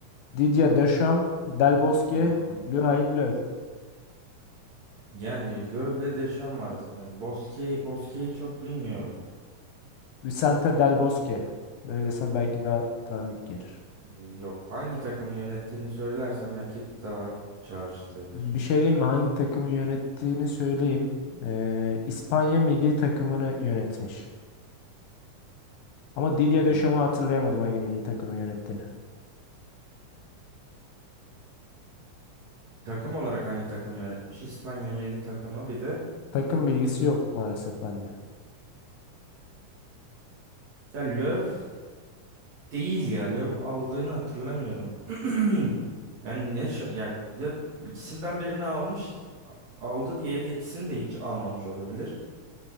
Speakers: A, on the left (about 75°); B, on the right (about 60°).
A: Didier Deschamps, Del Bosque,
B: Tamam.
A: Joachim Löw.
B: Yani Löw'le Deşan arasında. Bosque'yi Bosque'yi çok bilmiyorum.
A: Vicente Del Bosque. Böylese belki daha tanıdık gelir.
B: E, Yok. Hangi takımı yönettiğini söylersen belki daha çağrıştırabilir.
A: Bir şey diyeyim mi? Hangi takımı yönettiğini söyleyeyim. Ee, İspanya milli takımını yönetmiş. Ama Didier Deschamps
B: Şimdi
A: hatırlayamadım hangi milli takımı yönettiğini.
B: takım olarak hangi takımı yönetmiş? İspanya milli takımı bir de.
A: Takım bilgisi yok maalesef bende.
B: Ya Löw değil ya. Löw aldığını hatırlamıyorum. <clears throat> Yani ya, şa- ya, ya ikisinden birini almış aldı diye ya da ikisini de hiç almamış olabilir.